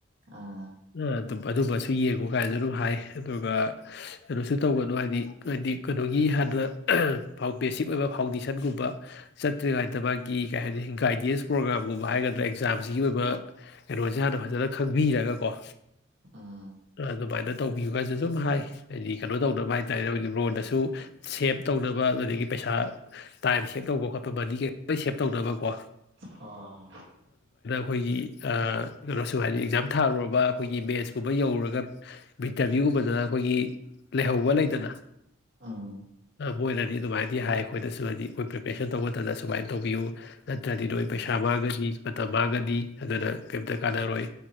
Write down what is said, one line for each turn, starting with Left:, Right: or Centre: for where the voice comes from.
Right: ꯑꯥ
Left: ꯑ ꯑꯗꯨꯝ ꯑꯗꯨꯝꯕꯁꯨ ꯌꯦꯡꯉꯨ ꯀꯥꯏꯅꯁꯨ ꯑꯗꯨꯝ ꯍꯥꯏ ꯑꯗꯨꯒ ꯀꯩꯅꯣꯁꯨ ꯇꯧꯒꯅꯨ ꯍꯥꯏꯗꯤ ꯍꯥꯏꯗꯤ ꯀꯩꯅꯣꯒꯤ ꯍꯥꯟꯅ ꯕꯦꯁꯤꯛ ꯑꯣꯏꯕ ꯐꯥꯎꯟꯗꯦꯁꯟꯒꯨꯝꯕ ꯆꯠꯇ꯭ꯔꯤ ꯉꯥꯏꯗ ꯃꯥꯒꯤ ꯀꯩ ꯍꯥꯏꯅꯤ ꯒꯥꯏꯗꯦꯟꯁ ꯄ꯭ꯔꯣꯒ꯭ꯔꯥꯝ ꯑꯗꯨꯒꯨꯝꯕ ꯍꯥꯏꯒꯗ꯭ꯔꯥ ꯑꯦꯛꯖꯥꯝꯁꯤꯒꯤ ꯑꯣꯏꯕ ꯀꯩꯅꯣꯁꯦ ꯍꯥꯟꯅ ꯐꯖꯅ ꯈꯪꯕꯤꯔꯒꯀꯣ
Right: ꯎꯝ
Left: ꯑꯗꯨꯃꯥꯏꯅ ꯇꯧꯕꯤꯌꯨꯒꯣꯏꯁꯨ ꯑꯗꯨꯝ ꯍꯥꯏ ꯍꯥꯏꯗꯤ ꯀꯩꯅꯣ ꯇꯧꯅꯕ ꯍꯥꯏ ꯇꯥꯔꯦ ꯑꯩ ꯔꯣꯟꯗꯁꯨ ꯁꯦꯞ ꯇꯧꯅꯕ ꯑꯗꯨꯗꯒꯤ ꯄꯩꯁꯥ ꯇꯥꯏꯝ ꯁꯦꯞ ꯇꯧꯕ ꯈꯣꯠꯄ ꯃꯅꯤ ꯀꯩ ꯁꯦꯞ ꯇꯧꯅꯕ ꯀꯣ
Right: ꯍ ꯍ
Left: ꯑꯩꯈꯣꯏꯒꯤ ꯀꯩꯅꯣꯁꯨ ꯍꯥꯏꯗꯤ ꯑꯦꯛꯖꯥꯝ ꯊꯥꯔꯨꯔꯕ ꯑꯩꯈꯣꯏꯒꯤ ꯃꯦꯟꯁ ꯀꯨꯝꯕ ꯌꯧꯔꯨꯔꯒ ꯏꯟꯇꯔꯚꯤꯌꯨꯒꯨꯝꯕꯗꯅ ꯑꯩꯈꯣꯏꯒꯤ ꯂꯩꯍꯧꯕ ꯂꯩꯇꯅ
Right: ꯎꯝ
Left: ꯃꯣꯏꯅꯗꯤ ꯑꯗꯨꯃꯥꯏꯅꯗꯤ ꯍꯥꯏ ꯑꯩꯈꯣꯏꯗꯁꯨ ꯍꯥꯏꯗꯤ ꯑꯩꯈꯣꯏ ꯄ꯭ꯔꯤꯄꯦꯔꯦꯁꯟ ꯇꯧꯕ ꯃꯇꯝꯅ ꯁꯨꯃꯥꯏꯅ ꯇꯧꯕꯤꯌꯨ ꯅꯠꯇ꯭ꯔꯗꯤ ꯅꯣꯏ ꯄꯩꯁꯥ ꯁꯥ ꯃꯥꯡꯒꯅꯤ ꯃꯇꯝ ꯃꯥꯡꯒꯅꯤ ꯑꯗꯨꯅ ꯀꯔꯤꯝꯇ ꯀꯥꯟꯅꯔꯣꯏ